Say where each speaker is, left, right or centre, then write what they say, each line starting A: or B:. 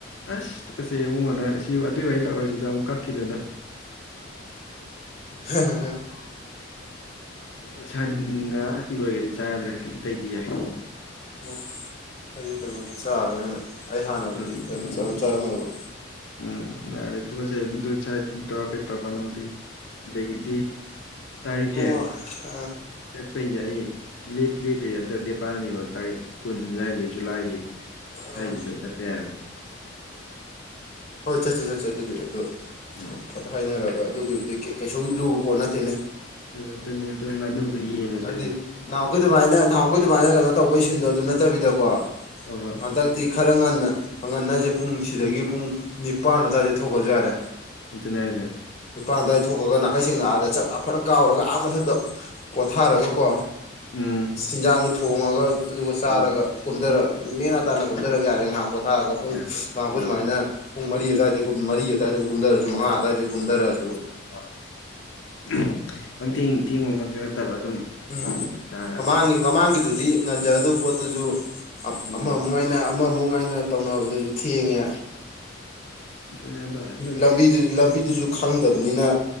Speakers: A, on the left; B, on the left.
A: ꯑꯁ ꯇꯨꯀꯠꯆꯩ ꯏꯕꯨꯡꯉꯣ ꯅꯪ ꯁꯤ ꯑꯗꯨꯏ ꯋꯥꯏ ꯇꯧꯔꯒ ꯁꯤꯗ ꯑꯃꯨꯛ ꯀꯛꯈꯤꯗꯅ
B: <unintelligible>
A: ꯑꯣ ꯁꯟꯒ ꯏꯔꯣꯏꯒꯗꯤ ꯆꯥ ꯆꯥꯗ꯭ꯔꯦ ꯑꯇꯩꯗꯤ ꯌꯥꯏ
B: ꯑꯣ ꯑꯩꯁꯨ ꯀꯩꯅꯣꯗꯨ ꯆꯥꯔꯔꯣꯏꯅ ꯑꯩ ꯍꯥꯟꯅꯕꯨꯗꯤ
A: ꯎꯝ
B: ꯀꯩꯅꯣ ꯆꯥꯔꯝ ꯆꯥꯔꯝꯃꯦꯕ
A: ꯎꯝ ꯌꯥꯔꯦ ꯇꯨꯀꯠꯆꯩ ꯑꯗꯨ ꯁ꯭ꯌꯥꯏꯗ ꯇꯧꯔꯥꯛ ꯀꯅꯨ ꯑꯗꯨꯒꯤ ꯑꯗꯒꯤꯗꯤ ꯇꯥꯔꯤꯛꯁꯦ
B: ꯑꯣ
A: ꯆꯠꯄꯩꯁꯦ ꯑꯩ ꯂꯦꯞꯇꯤ ꯂꯦꯞꯇ꯭ꯔꯤ ꯍꯟꯗꯛ ꯂꯦꯞꯄꯜꯅꯦꯕ ꯇꯥꯔꯤꯛ ꯀꯨꯟ ꯁ꯭ꯋꯥꯏꯁꯦ ꯖꯨꯂꯥꯏꯒꯤ ꯁ꯭ꯋꯥꯏꯁꯤꯗ
B: ꯑꯥ
A: ꯆꯠꯄ ꯌꯥꯏꯕ
B: ꯍꯣꯏ ꯆꯠꯁꯤ ꯆꯠꯁꯤ ꯑꯗꯨꯗꯤ ꯑꯗꯣ
A: ꯎꯝ
B: ꯐꯠ ꯍꯥꯏꯅꯔꯒ ꯑꯗꯨꯒꯤꯕꯨꯗꯤ ꯀꯩꯁꯨ ꯂꯨꯕ ꯄꯣꯠ ꯅꯠꯇꯦꯅꯦ
A: ꯑꯗꯨꯅꯦ ꯑꯗꯨ ꯉꯥꯅꯨꯗꯣ ꯌꯦꯡꯉꯁꯦ
B: ꯍꯥꯏꯗꯤ ꯅꯍꯥꯟꯈꯩ ꯑꯗꯨꯃꯥꯏꯅ ꯅꯍꯥꯟꯈꯩ ꯑꯗꯨꯃꯥꯏꯅ ꯀꯩꯅꯣ ꯇꯧꯕꯩ ꯁꯤꯟꯗꯣ ꯑꯗꯨ ꯅꯠꯇꯕꯤꯗꯀꯣ
A: ꯍꯣꯏ ꯍꯣꯏ
B: ꯍꯟꯗꯛ ꯇꯤ ꯈꯔ ꯉꯟꯅ ꯉꯟꯅꯁꯦ ꯄꯨꯡ ꯁꯤꯗꯒꯤ
A: ꯎꯝ
B: ꯄꯨꯡ ꯅꯤꯄꯥꯟ ꯑꯗꯨꯋꯥꯏꯗꯩ ꯊꯣꯛꯈ꯭ꯔꯁꯨ ꯌꯥꯔꯦ
A: ꯑꯗꯨꯅꯦ ꯍꯥꯏꯖꯦ
B: ꯅꯤꯄꯥꯟ ꯑꯗꯨꯋꯥꯏꯗ ꯊꯣꯛꯈ꯭ꯔꯒ ꯅꯥꯀꯩꯁꯦꯡꯅ ꯑꯥꯗ ꯆꯥꯛ ꯆꯥ ꯐꯅ ꯀꯥꯎꯔꯒ ꯑꯥ ꯃꯊꯛꯇ ꯄꯣꯊꯥꯔꯒ ꯀꯣ
A: ꯎꯝ
B: ꯆꯤꯟꯖꯥꯡꯗ ꫭꯊꯣꯡꯉꯒ ꯑꯗꯨꯒ ꯆꯥꯔꯒ
A: ꯍꯣꯏ ꯍꯣꯏ
B: ꯀꯨꯝꯊꯔ ꯅꯦꯅꯥ ꯇꯥꯅ ꯀꯨꯝꯊꯔꯛ ꯌꯥꯔꯦ ꯉꯥꯏꯍꯥꯛ ꯄꯣꯊꯥꯔꯒ ꯄꯨꯡ
A: ꯌꯥꯔꯦ
B: ꯅꯍꯥꯛꯈꯣꯏ
A: ꯎꯝ
B: ꯑꯗꯨꯃꯥꯏꯅ ꯄꯨꯡ ꯃꯔꯤ ꯑꯗꯨꯋꯥꯏꯗꯒꯤ ꯀꯨꯝ ꯃꯔꯤ ꯑꯗꯨꯋꯥꯏꯗꯕꯨ ꯀꯨꯝꯊꯔꯁꯨ ꯃꯉꯥ ꯑꯗꯨꯋꯥꯏꯗꯒꯤ ꯀꯨꯝꯊꯔꯛ ꯑꯁꯨ
A: <unintelligible> ꯄꯪꯊꯦꯡ ꯊꯦꯡꯕꯃꯛꯁꯨ ꯅꯠꯇꯕ ꯑꯗꯨꯝ
B: ꯎꯝ
A: ꯆꯥ
B: ꯃꯃꯥꯡꯒꯤ ꯃꯃꯥꯡꯒꯤꯗꯨꯗꯤ ꯉꯟꯖꯒꯗꯧꯕ ꯄꯣꯠꯇꯨꯁꯨ
A: ꯎꯝ
B: ꯑꯃꯃꯨꯛ ꯉꯥꯏꯅ ꯑꯃꯃꯨꯛ ꯉꯥꯏꯅ ꯇꯧꯅꯕꯗꯨꯁꯨ ꯊꯦꯡꯉꯦ
A: ꯑꯗꯨꯅꯦ ꯑꯗꯣ ꯍꯟꯗꯛꯇꯤ
B: ꯂꯝꯕꯤꯗꯨ ꯂꯝꯕꯤꯗꯨꯁꯨ ꯈꯪꯗꯕꯅꯤꯅ